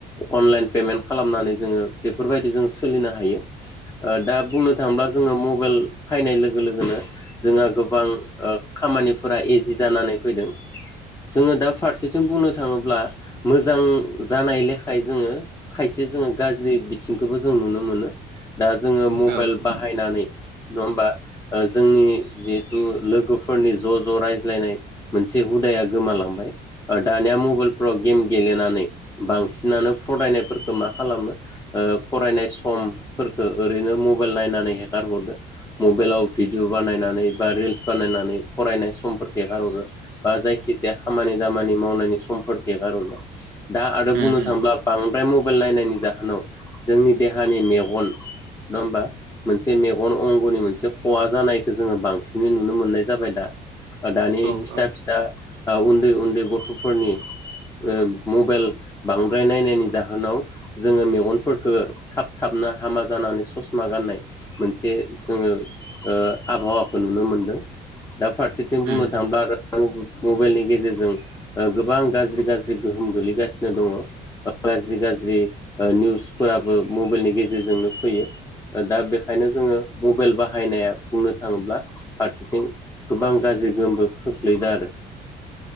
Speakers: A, on the left; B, on the right.
A: अनलाइन पेमेन्ट खालामनानै जोङो बेफोरबायदि जों सोलिनो हायो। ओ दा बुंनो थाङोब्ला जोङो मबाइल फैनाय लोगो लोगोनो जोंहा गोबां ओ खामानिफोरा इजि जानानै फैदों। जोङो दा फारसेथिं बुंनो थाङोब्ला मोजां जानाय लेखाय जोङो खायसे जोङो गाज्रि बिथिंखौबो जों नुनो मोनो दा जोङो मबाइल
B: औ उम
A: बाहायनानै नङा होमबा ओ जोंनि जिहेथु लोगोफोरनि ज ज रायज्लायनाय। मोनसे हुदाया गोमालांबाय। दानिया मबाइलफ्राव गेम गेलेनानै बांसिनानो फरायनाय फोरखो मा खालामो ओ फरायनाय समफोरखो ओरैनो मबाइल नायनानै हेगारहरो। मबाइलाव भिडिय बानायनानै बा रिल्स बानायनानै फरायनाय समफोरखो एगार हरो बा जायखिजाया खामानि दामानि मावनायनि समफोर <unintelligible> दा आरो
B: उम
A: बुंनो थाङोब्ला बांद्राय म बाइल नायनायनि जाहोनाव जोंनि देहानि मेगन नङा होमबा मोनसे मेगन अंगनि मोनसे खहा जानायखौ जोङो बांसिनै नुनो मोननाय जाबाय दा। दानि
B: औ
A: फिसा
B: औ
A: फिसा उन्दै उन्दै गथफोरनि ओ मबाइल बांद्राय नायनायनि जाहोनाव जोङो मेगनफोरखो थाब थाबनो हामा जानानै ससमा गाननाय मोनसे जोङो <unintelligible> ओ आबहावाखौ नुनो मोनदों। दा फारसेथिं
B: उम
A: बुंनो थांबा आरो मबाइलनि गेजेरजों गोबां गाज्रि गाज्रि गोहो- म गोग्लैगासिनो दङ गाज्रि गाज्रि जि निउसफोराबो मबाइलनि गेजेरजोंनो फैयो दा बेखायनो जोङो मबाइल बाहायनाया बुंनो थाङोब्ला फारसेथिं गोबां गाज्रि गोहोमबो खोख्लैदों आरो